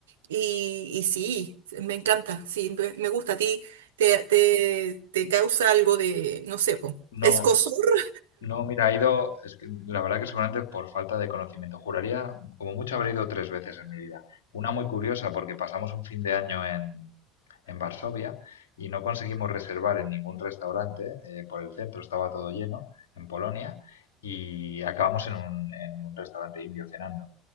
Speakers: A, on the right; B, on the left.
A: y, y sí, me encanta, sí, me, me gusta a ti, te, te, te causa algo de, no sé, po,
B: No.
A: escozor. <laughs>
B: No, mira, ha ido, es que la verdad que seguramente por falta de conocimiento. Juraría, como mucho, habré ido tres veces en mi vida. Una muy curiosa porque pasamos un fin de año en, en Varsovia y no conseguimos reservar en ningún restaurante eh, por el centro, estaba todo lleno en Polonia y acabamos en un, en un restaurante indio cenando.